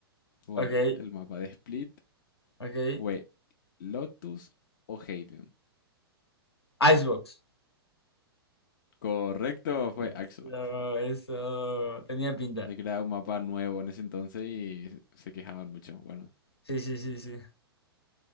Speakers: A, on the left; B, on the left.
A: fue
B: ok,
A: el mapa de Split,
B: ok.
A: fue Lotus o Haven.
B: Icebox.
A: Correcto, fue
B: Eso,
A: Icebox.
B: eso. Tenía pinta.
A: Se creaba un mapa nuevo en ese entonces y se quejaban mucho. Bueno,
B: Sí, sí, sí, sí.